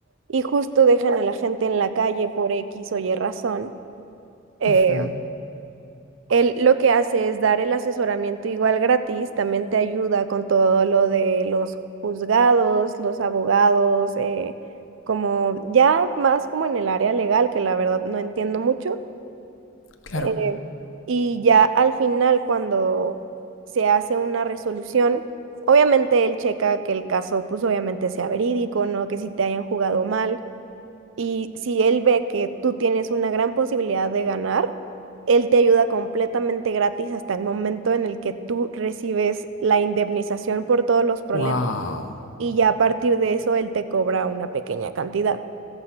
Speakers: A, on the right (about 80°); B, on the left (about 80°).
A: y justo dejan a la gente en la calle por X o Y razón, eh,
B: Ujú,
A: él lo que hace es dar el asesoramiento igual gratis, también te ayuda con todo lo de los juzgados, los abogados, eh, como ya más como en el área legal, que la verdad no entiendo mucho.
B: claro.
A: eh, y ya al final, cuando se hace una resolución, obviamente él checa que el caso, pues obviamente sea verídico, ¿no? Que si te hayan jugado mal. Y si él ve que tú tienes una gran posibilidad de ganar, él te ayuda completamente gratis hasta el momento en el que tú recibes la indemnización por todos los problemas
B: Wow.
A: y ya a partir de eso él te cobra una pequeña cantidad.